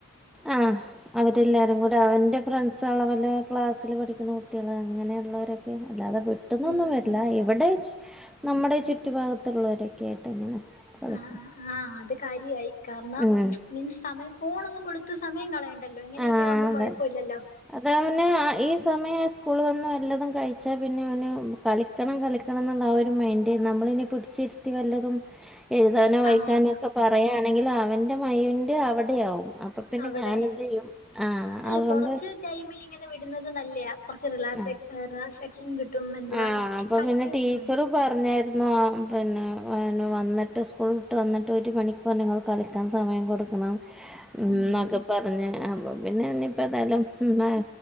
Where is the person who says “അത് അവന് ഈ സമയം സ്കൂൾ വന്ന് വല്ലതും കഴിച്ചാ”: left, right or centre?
Centre